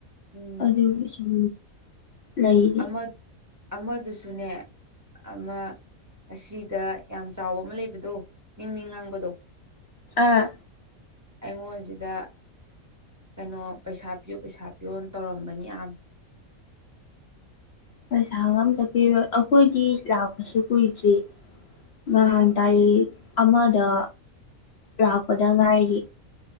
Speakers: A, on the right; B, on the left.
A: ꯎꯝ
B: ꯑꯗꯨꯒꯤ ꯁꯨꯝ ꯂꯩꯔꯤ
A: ꯑꯃ ꯑꯃꯗꯨꯁꯨꯅꯦ ꯑꯃ ꯑꯁꯤꯗ ꯌꯥꯝ ꯆꯥꯎꯕ ꯑꯃ ꯂꯩꯕꯗꯣ ꯃꯤ ꯃꯤ ꯉꯥꯡꯕꯗꯣ
B: ꯑꯥ
A: ꯑꯩꯉꯣꯟꯖꯤꯗ ꯀꯩꯅꯣ ꯄꯩꯁꯥ ꯄꯤꯌꯨ ꯄꯩꯁꯥ ꯄꯤꯌꯨ ꯇꯧꯔꯝꯕꯅꯤ ꯌꯥꯝ
B: ꯄꯩꯁꯥꯒ ꯑꯝꯇ ꯄꯤꯔꯣꯏ ꯑꯩꯈꯣꯏꯗꯤ ꯂꯥꯛꯄꯁꯨ ꯀꯨꯏꯗ꯭ꯔꯤ ꯅꯍꯥꯟ ꯇꯥꯔꯤꯛ ꯑꯃꯗ ꯂꯥꯛꯄꯗ ꯉꯥꯏꯔꯤ